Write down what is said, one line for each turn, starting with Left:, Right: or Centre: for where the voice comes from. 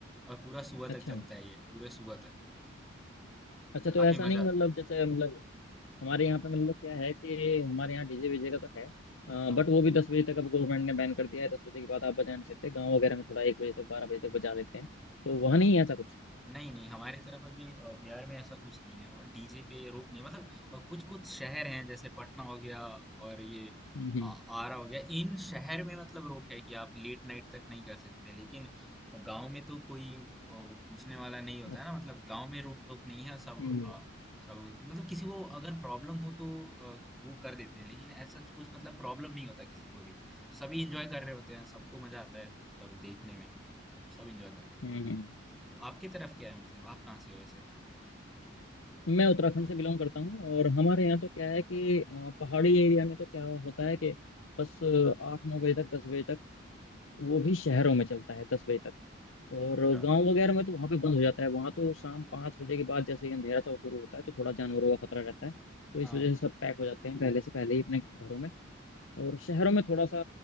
Centre: और पूरा सुबह
Left: अच्छा
Centre: तक चलता है ये पूरे सुबह तक
Left: अच्छा तो
Centre: काफी
Left: ऐसा
Centre: मजा
Left: नहीं
Centre: आता
Left: मतलब जैसे मतलब हमारे
Centre: है
Left: यहाँ पे मतलब क्या है कि हमारे यहाँ डीजे वीजे का तो है
Centre: हाँ
Left: बट वो भी दस बजे तक अब गवर्नमेंट ने बैन कर दिया है दस बजे के बाद आप बजा नहीं सकते गाँव वगैरह में थोड़ा एक बजे तक बारह बजे तक बजा लेते हैं तो वहाँ
Centre: हाँ,
Left: नहीं है ऐसा कुछ
Centre: नहीं, नहीं हमारे तरफ अभी अ, बिहार में ऐसा कुछ नहीं है और डीजे पे रोक नहीं है मतलब अ, कुछ कुछ शहर हैं जैसे पटना हो गया और ये
Left: हम्म
Centre: अ, आरा हो गया इन शहर में मतलब रोक है कि आप लेट नाइट तक नहीं कर सकते लेकिन गांव में तो कोई अ, पूछने वाला नहीं होता
Left: हम्म
Centre: है ना मतलब गांव में रोक टोक नहीं है सब
Left: हम्म
Centre: अ, सब मतलब किसी को अगर प्रॉब्लम हो तो अ, वो कर देते हैं लेकिन ऐसा कुछ मतलब प्रॉब्लम नहीं होता किसी को भी सभी एंजॉय कर रहे होते हैं सबको मजा आता है सब देखने में तो सब एंजॉय करते हैं
Left: हम्म हम्म।
Centre: आपकी तरफ क्या है मतलब आप कहाँ से हो वैसे
Left: मैं उत्तराखंड से बिलोंग करता हूँ और हमारे यहाँ तो क्या है कि अ, पहाड़ी एरिया में तो क्या होता है कि बस अ, आठ नौ बजे तक दस बजे तक वो भी शहरों में चलता है दस बजे तक और
Centre: अच्छा
Left: गांव वगैरह में तो वहाँ पे बंद हो जाता है वहाँ तो शाम पाँच बजे के बाद जैसे ही अंधेरा सा शुरू होता है तो थोड़ा जानवरों का खतरा रहता है तो इस
Centre: हाँ
Left: वजह से सब पैक हो जाते हैं पहले से पहले ही अपने घरों में और शहरों में थोड़ा सा